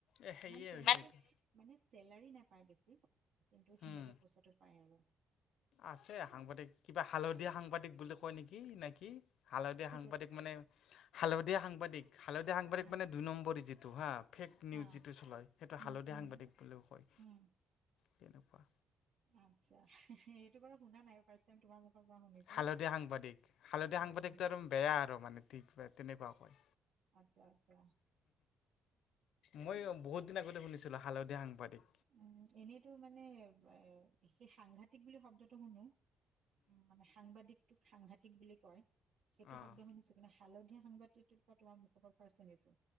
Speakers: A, on the left; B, on the right.
A: এ সেয়ে
B: মানে তেওঁলোকে
A: হৈছে
B: মানে চেলাৰী নাপায় বেছি। কিন্তু সেনেকে
A: উম
B: পইচাটো পাই আৰু।
A: আছে সাংবাদিক কিবা হালধীয়া সাংবাদিক বুলি কয় নেকি, নেকি হালধীয়া
B: কি
A: সাংবাদিক
B: কৈছে
A: মানে হা'লধীয়াা সাংবাদিক। হা'লধীয়া সাংবাদিক
B: হা
A: মানে দুই নম্বৰ যিটো হা ফেক
B: হা
A: নিউজ যিটো চলাই সেইটো
B: উম
A: হা'লধীয়া
B: উম
A: সাংবাদিক বুলিও কয়।
B: উম
A: তেনেকুৱা
B: আচ্ছা। এইটো বাৰু শুনা নাই ফাৰ্ষ্ট টাইম তোমাৰ মুখৰ পৰা শুনিছো
A: হা'লধীয়া সাংবাদিক হা'লধীয়া
B: হয়
A: সাংবাদিকটো
B: হয়
A: এক বেয়া আৰু মানে ঠিক তেনেকুৱা কয়।
B: আচ্ছা আচ্ছা
A: মই বহুত দিন আগতে শুনিছিলো হা'লধীয়া ধীয়া সাংবাদিক।
B: উম, এনেইতো মানে এ সেই সাংঘতিক বুলি শব্দটো শুনো। উম, মানে সাংবাদিক তোক সাংঘাতিক বুলি কয়। সেইটো
A: অ
B: শব্দ শুনিছো না হা'লধীয়া সাংবাদিকটো তোমাৰ মুখৰ পৰা ৰ্ফাষ্ট শুনিছো।